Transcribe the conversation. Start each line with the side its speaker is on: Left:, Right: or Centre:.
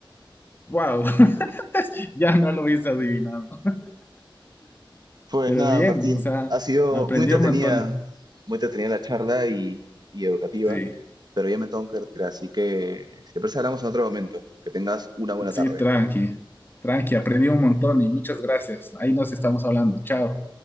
Left: Wow, <laughs> ya no lo hubiese adivinado.
Right: Pues
Left: Pero
Right: nada,
Left: bien,
Right: Martín,
Left: o sea,
Right: ha sido
Left: aprendí
Right: muy entretenida,
Left: un montón.
Right: muy entretenida la charla y, y educativa,
Left: Sí,
Right: pero ya me tengo que retirar, así que si te parece hablamos en otro momento. Que tengas una buena
Left: sí,
Right: tarde.
Left: tranqui. Tranqui, aprendí un montón y muchas gracias. Ahí nos estamos hablando. Chao.